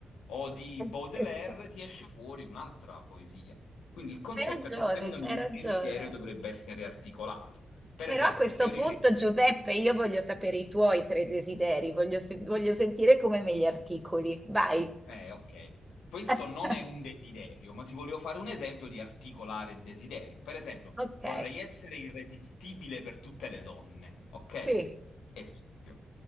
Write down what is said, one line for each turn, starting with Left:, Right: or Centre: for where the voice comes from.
Left: o di
Right: <laughs>
Left: Baudelaire, ti esce fuori un'altra poesia. Quindi il concetto
Right: C'hai ragione,
Left: è che secondo
Right: c'hai
Left: me il
Right: ragione.
Left: desiderio dovrebbe essere articolato. Per
Right: Però
Left: esempio,
Right: a questo
Left: se io
Right: punto,
Left: dicessi,
Right: Giuseppe, io voglio sapere i tuoi tre desideri, voglio, sen- voglio sentire come me li articoli. Vai.
Left: Eh, ok. Questo
Right: <laughs>
Left: non è un desiderio, ma ti volevo fare un esempio di articolare il desiderio. Per esempio,
Right: Ok,
Left: vorrei essere irresistibile per tutte le donne, ok?
Right: sì,
Left: Esempio.